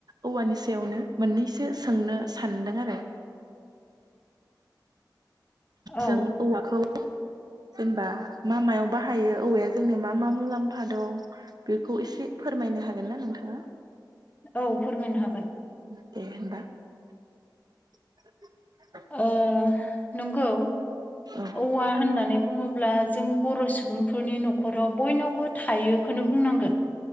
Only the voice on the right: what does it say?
औवानि सायावनो मोननैसो सोंनो सानदों आरो। <inaudible>
जों औवाखौ जेनबा मा मायाव बाहायो औवाया जोंनो मा मा मुलाम्फा दं बेखौ एसे फोरमायनो हागोन ना नोंथाङा?
दे होनबा। <inaudible>
औ